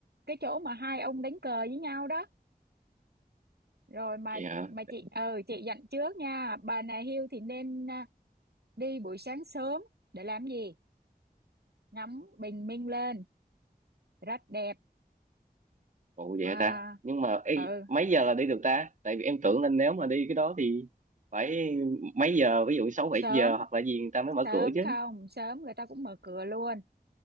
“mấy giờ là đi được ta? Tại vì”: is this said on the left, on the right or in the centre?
Right